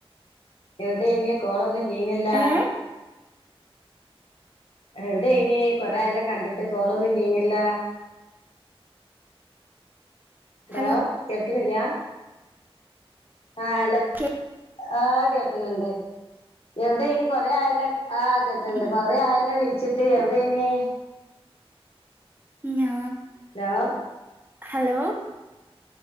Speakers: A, on the left; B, on the right.
A: എവിടെയാനി കോളൊന്നു ചെയിനില്ലാ.
B: ഏ
A: എവിടെയാനി കൊറെയാല്ലോ കണ്ടിട്ട് കോളൊന്നുല്ലായിനില്ലാ? <unintelligible>
B: ഹലോ
A: കേൾ ക്കണില്ലാ? ആ ഹലോ
B: കേ-
A: ആ കേൾക്കന്ന്‌ണ്ട് എവിടെയാനി കൊറേ ആയല്ല ആ കേക്കണ്ട്
B: ഉം,
A: കൊറെ ആയല്ല വിളിച്ചിട്ട് എവി ടെയ്നി?
B: ഞാ
A: ഹലോ?
B: ഹലോ?